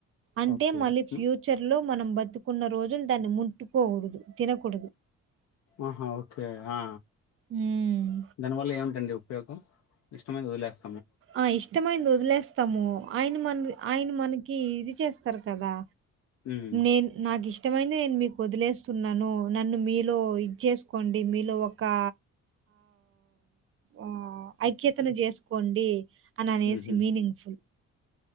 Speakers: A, on the right (about 45°); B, on the left (about 60°).
A: అంటే
B: ఓకే
A: మళ్ళీ
B: హ్మ్.
A: ఫ్యూచర్ లో మనం బతుకున్న రోజులు దాన్ని ముట్టుకోకూడదు తినకూడదు
B: ఆహా ఓకే ఆ
A: హ్మ్.
B: దానివల్ల ఏమింటండి ఉపయోగం ఇష్టమైన వదిలిస్
A: ఆ ఇష్టమైంది వదిలేస్తాము ఆయన మన ఆయన మనకి ఇది చేస్తారు కదా
B: హ్మ్.
A: న నాగి ఇష్ ఇష్టమైంది నేను మీకు వదిలేస్తున్నాను, నన్ను మీలో ఇదిసుకోండి మీలో ఒకఆ ఒ ఐక్యతను చేసుకోండి అని అనేసి
B: హుహు.
A: మీనింగ్ ఫుల్